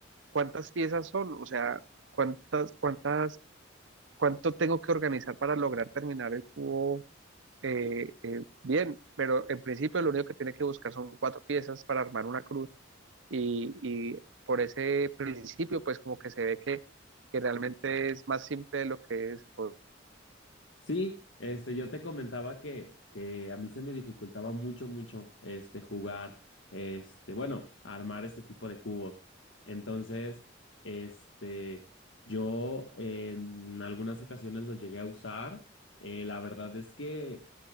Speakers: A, on the right; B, on the left.
A: cuántas piezas son o sea cuántas cuántas cuánto tengo que organizar para lograr terminar el cubo eh, eh, bien pero en principio lo único que tiene que buscar son cuatro piezas para armar una cruz y, y por ese principio, pues como que se ve que, que realmente es más simple de lo que es. Pues,
B: Sí, este, yo te comentaba que, que a mí se me dificultaba mucho, mucho, este, jugar, este, bueno, armar este tipo de cubos. Entonces, este, yo en algunas ocasiones los llegué a usar. Eh, la verdad es que